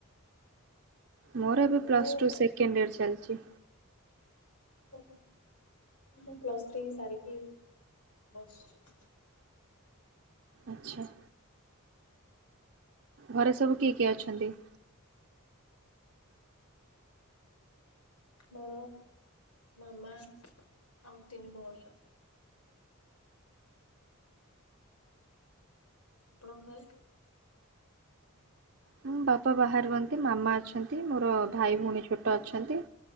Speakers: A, on the right; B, on the left.
A: ମୋର ଏବେ
B: ମୁଁ
A: ପ୍ଲସ୍
B: ଓହୋ
A: ଟୁ ସେକେଣ୍ଡ ଇୟର୍ ଚାଲିଛି।
B: ଓହୋଃ ମୁଁ ପ୍ଲସ୍ ଥ୍ରୀ ସାରିକି ବସଛି।
A: ଆଚ୍ଛା। ଘରେ ସବୁ କିଏ କିଏ ଅଛନ୍ତି?
B: ମୋ ମାମା ଆଉ ତିନି ଭଉଣୀ ଆଉ। ଆପଣଙ୍କ ଘରେ?
A: ହୁଁ ବାପା ବାହାରେ ରୁହନ୍ତି, ମାମା ଅଛନ୍ତି ମୋର ଭାଇ ଭଉଣୀ ଛୋଟ ଅଛନ୍ତି।